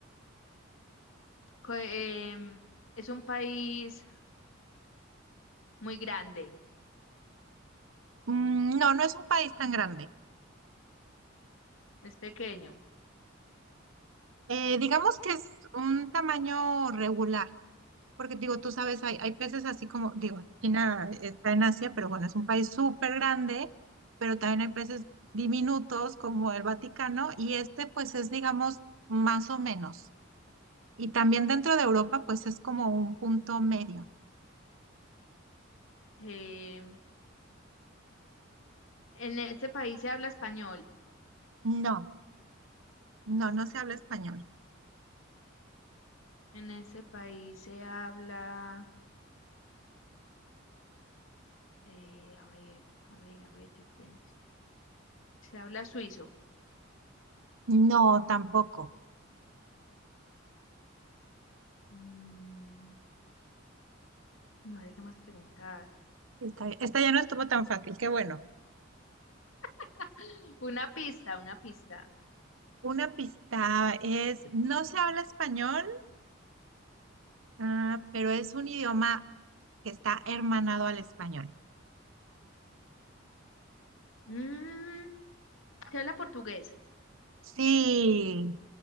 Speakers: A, on the left; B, on the right.
A: co- em, es un país muy grande,
B: Mm, No, no es un país tan grande.
A: es pequeño.
B: Eh, digamos que es un tamaño regular, porque digo, tú sabes, hay, hay peces así como, digo, China está en Asia, pero bueno, es un país súper grande, pero también hay peces diminutos como el Vaticano, y este pues es, digamos, más o menos. Y también dentro de Europa pues es como un punto medio.
A: Em, en este país se habla español.
B: No, no, no se habla español.
A: En este país se habla, eh, a ver, a ver, a ver, yo pienso. Se habla suizo.
B: No, tampoco.
A: Mm, no sé qué más preguntar.
B: Esta, esta ya no estuvo tan fácil, qué bueno.
A: <gasps> <laughs> Una pista, una pista.
B: Una pista es, no se habla español, ah, pero es un idioma que está hermanado al español.
A: Mm, se habla portugués.
B: Sí,